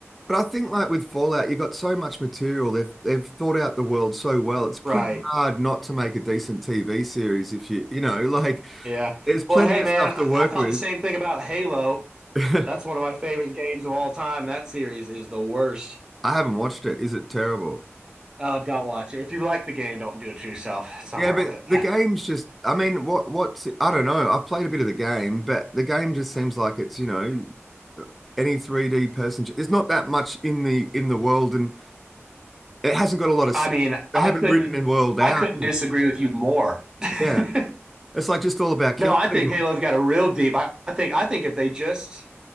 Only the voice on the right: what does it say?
Right.
Yeah.
Well, hey,
man,
I,
I thought
the same thing about Halo.
That's one of my favorite games of all time. That series is the worst.
Uh, don't watch it. If you like the game, don't do it to yourself. It's not
worth
it.
I
mean,
I
couldn't.
I couldn't disagree with you more.
<laughs>
No, I think
Halo's got a real deep. I, I think I think if they just